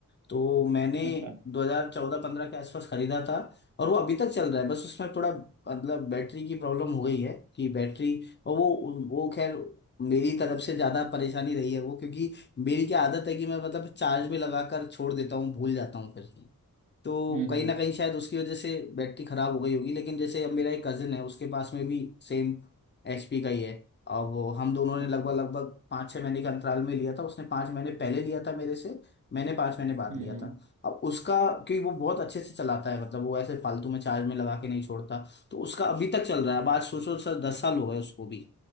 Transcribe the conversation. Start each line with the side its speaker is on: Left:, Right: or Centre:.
Left: तो मैंने
Right: अच्छा
Left: 2014-15 के आसपास खरीदा था और वो अभी तक चल रहा है बस उसमें थोड़ा मतलब बैटरी की प्रॉब्लम हो गई है कि बैटरी और वो वो खैर मेरी तरफ से ज़्यादा परेशानी रही है वो क्योंकि मेरी क्या आदत है कि मैं मतलब चार्ज में लगा कर छोड़ देता हूँ भूल जाता हूँ फिर तो
Right: हम्म
Left: कहीं
Right: हम्म
Left: ना कहीं शायद उसकी वजह से बैटरी खराब हो गई होगी लेकिन जैसे अब मेरा एक कजिन है उसके पास में भी सेम एचपी का ही है अब वो हम दोनों ने
Right: अच्छा
Left: लगभग लगभग पाँच छः महीने के अंतराल में लिया था उसने पाँच महीने पहले लिया था मेरे से मैंने पाँच महीने बाद
Right: हम्म
Left: लिया
Right: हम्म
Left: था अब उसका क्योंकि वो बहुत अच्छे से चलाता है मतलब वो ऐसे फालतू में चार्ज में लगा के नहीं छोड़ता तो उसका अभी तक चल रहा है अब आज सोचो सर दस साल हो गए उसको भी